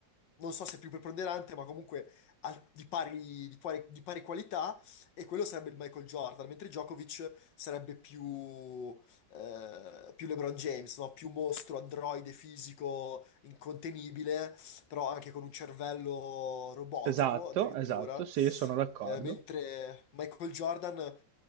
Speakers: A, on the left; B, on the right.
A: non so se più preponderante, ma comunque al- di pari, di quali- di pari qualità, e quello sarebbe il Michael Jordan, mentre Djokovic sarebbe più eh, più LeBron James, no? Più mostro, androide fisico, incontenibile, però anche con un cervello robotico
B: Esatto,
A: addirittura.
B: esatto, sì, sono d'accordo.
A: Eh, mentre Michael Jordan